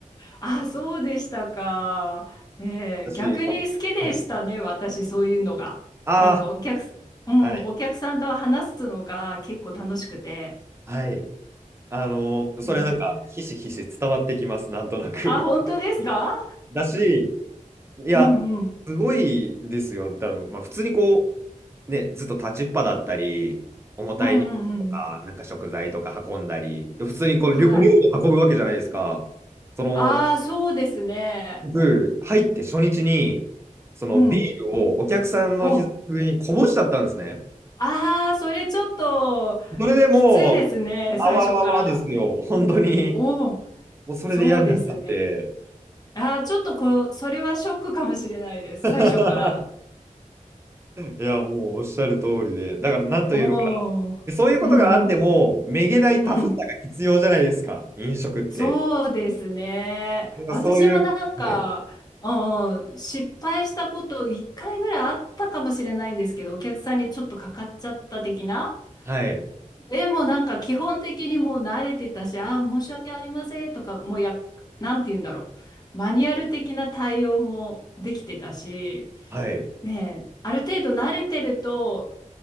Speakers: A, on the left (about 30°); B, on the right (about 20°).
A: あ、そうでしたか。ねえー、
B: 私、
A: 逆に好きでしたね、
B: いやはい。
A: 私、そういうのが。
B: あ
A: なんかお客す、うん、
B: あ、はい。
A: お客さんと話すのが結構楽しくて。
B: はい。あの、
A: ねえ
B: それなんか、ひしひし伝わってきます、なんとなく。
A: あ、本当ですか
B: <laughs> だし、いや、
A: うんうん。
B: すごいですよ、多分。まあ、普通にこう、ね、ずっと立ちっぱだったり、重たい荷物とか、
A: うんうんうん。
B: なんか食材とか運んだり、普通にこう、
A: はい。
B: りょお料理運ぶわけじゃないですか。その、
A: ああ、そうですね。
B: 僕、入って初日に、そのビールをお客さんの膝の上にこぼしちゃったんですね。
A: うん。お、ああ、それちょっと
B: それでもう、
A: きついですね、
B: あわわわですよ、
A: 最初から。
B: 本当に。
A: おお、
B: もうそれで嫌になっちゃって。
A: そうですね。ああ、ちょっとこう、それはショックかもしれないです、
B: <laughs>
A: 最初から。
B: いや、もうおっしゃる通りで、だからなんというのか
A: おー。
B: な、そういうことがあっても、
A: うんうん。
B: めげないタフさが必要じゃないですか、
A: うん。
B: 飲食って。
A: そうですね。
B: だからそういう、
A: 私もなんか、
B: はい、
A: うんうん失敗したこと1回ぐらいあったかもしれないんですけど、お客さんにちょっとかかっちゃった的な。
B: はい、
A: でもなんか基本的にもう慣れてたし、ああ、申し訳ありませんとか、もうや、なんて言うんだろう。マニュアル的な対応もできてたし、
B: はい。
A: ねえ、ある程度慣れてると、